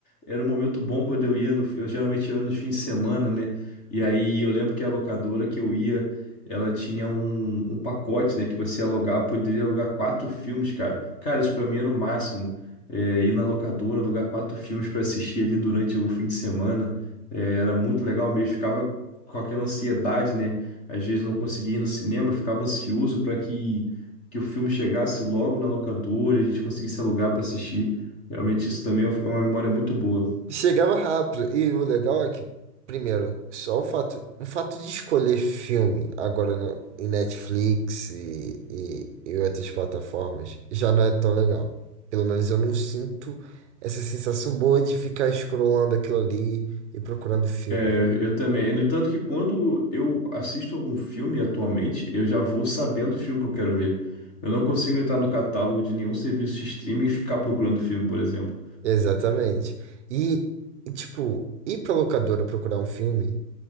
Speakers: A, on the left; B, on the right.
A: Era um momento bom quando eu ia no, eu geralmente ia nos fins de semana, né? E aí eu lembro que a locadora que eu ia, ela tinha um, um pacote, né, que você alugava, poderia alugar quatro filmes, cara. Cara, isso pra mim era o máximo. É, ir na locadora, alugar quatro filmes pra assistir ali durante o fim de semana. É, era muito legal mesmo, ficava com aquela ansiedade, né? Às vezes não conseguia ir no cinema, eu ficava ansioso pra que que o filme chegasse logo na locadora e a gente conseguisse alugar para assistir. Realmente isso também é uma memória muito boa.
B: Chegava rápido. E o legal é que, primeiro, só o fato, o fato de escolher filme agora no, em Netflix e, e, e outras plataformas já não é tão legal. Pelo menos eu não sinto essa sensação boa de ficar scrollando aquilo ali e procurando filme.
A: É, eu também. No entanto que quando eu assisto algum filme atualmente, eu já vou sabendo o filme que eu quero ver. Eu não consigo entrar no catálogo de nenhum serviço de streaming e ficar procurando filme, por exemplo.
B: Exatamente. E, e, tipo, ir pra locadora procurar um filme.